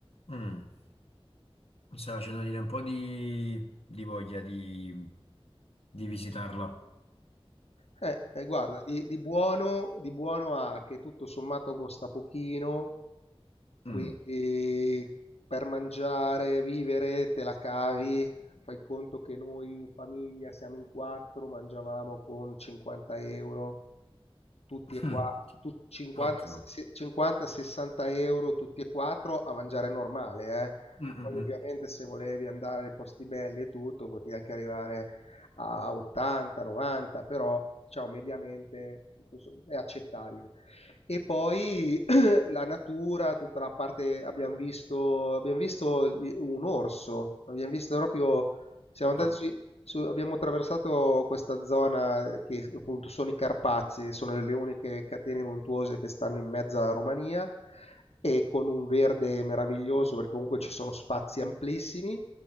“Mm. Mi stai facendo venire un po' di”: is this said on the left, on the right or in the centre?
Left